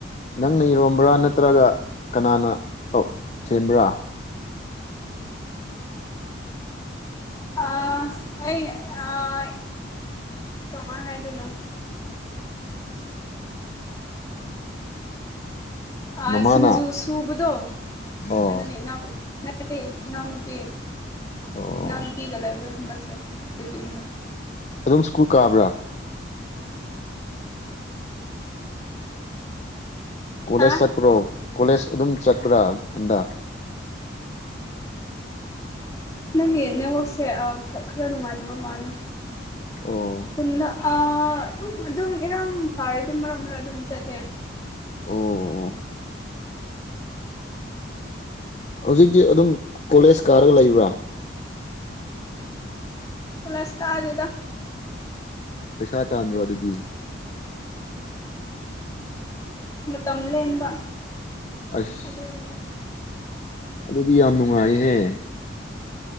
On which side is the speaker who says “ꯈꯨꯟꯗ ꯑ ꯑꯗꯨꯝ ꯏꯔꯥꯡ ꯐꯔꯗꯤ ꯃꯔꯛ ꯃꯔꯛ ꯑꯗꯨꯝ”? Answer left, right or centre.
Left